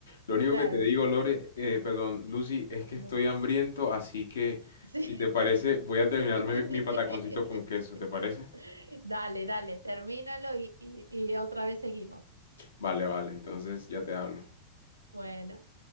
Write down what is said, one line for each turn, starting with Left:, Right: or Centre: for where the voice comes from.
Left: Lo único
Right: claro,
Left: que te digo, Lore, eh, perdón, Lucy, es que
Right: Lu.
Left: estoy hambriento, así que
Right: Sí.
Left: si te parece, voy a terminarme
Right: <laughs>
Left: mi pataconcito con queso, ¿te parece?
Right: Dale, dale, termínalo y, y y otra vez seguimos.
Left: Vale, vale, entonces ya te hablo.
Right: Bueno.